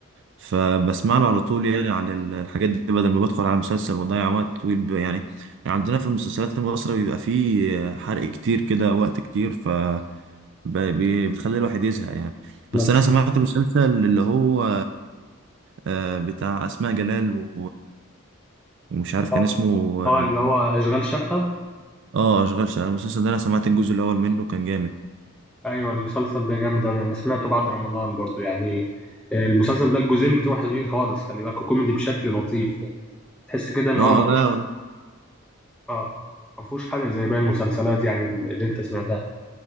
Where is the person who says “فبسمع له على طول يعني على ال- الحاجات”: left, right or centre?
Right